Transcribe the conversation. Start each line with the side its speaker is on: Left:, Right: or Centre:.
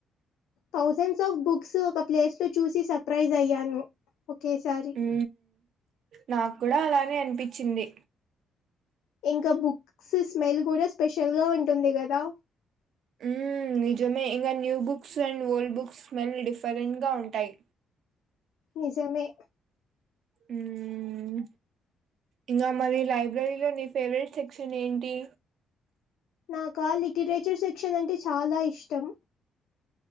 Left: థౌజండ్స్ ఆఫ్ బుక్స్ ఒక ప్లేస్ లో చూసి సర్ప్రైజ్ అయ్యాను. ఒకేసారి
Right: ఊ నాకూడా అలానే అనిపిచ్చింది.
Left: ఇంకా బుక్స్ స్మెల్ కూడా స్పెషల్ గా ఉంటుంది కదా?
Right: ఉమ్ నిజమే ఇంగా new books, and old books smell different గా ఉంటాయ్
Left: నిజమే
Right: ఉమ్ ఇంగా మరి లైబ్రరీలో నీ ఫేవరెట్ సెక్షన్ ఏంటి?
Left: నాకా లికిరేచర్ సెక్షన్ అంటే చాలా ఇష్టం.